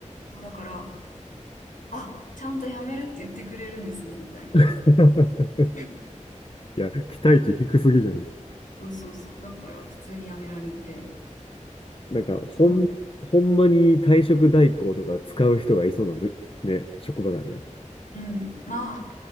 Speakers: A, on the left; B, on the left.
A: そうだから、あ、ちゃんとやめるって言ってくれるんですね、みたいな。
B: <laughs>
A: <laughs>
B: いや、期待値低すぎじゃない。
A: そうそうそう。だから普通にやめられて。
B: なんか、ほん、
A: そう。
B: ほんまに退職代行とか使う人がいそうなぶ、ね、職場だね。
A: うん。まあ、